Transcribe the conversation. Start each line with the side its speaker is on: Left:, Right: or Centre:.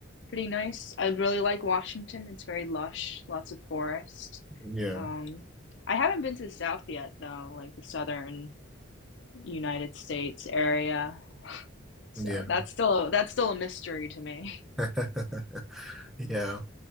Left: pretty nice. I really like Washington. It's very lush, lots of forest.
Centre: Yeah,
Left: Um, I haven't been to the South yet though, like the southern United States area. So
Centre: yeah,
Left: that's still that's still a mystery to me.
Centre: <laughs> yeah.